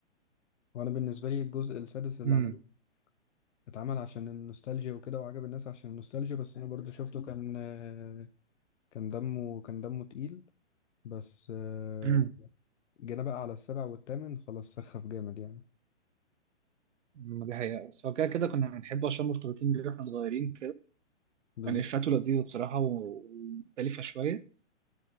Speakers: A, on the left; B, on the right.
A: وانا بالنسبة لي الجزء السادس اللي
B: امم
A: عملوه اتعمل عشان النوستالجيا وكده وعجب الناس عشان النوستالجيا بس انا برضو شفته كان آه، كان دمه كان دمه تقيل بس آه،
B: امم
A: جينا بقى على السابع والثامن خلاص سخف جامد يعني
B: دي حقيقة بس هو كده كده كنا بنحبه عشان مرتبطين بيه واحنا صغيرين
A: بس
B: يعني افاته لذيذه بصراحه و- ومختلفه شويه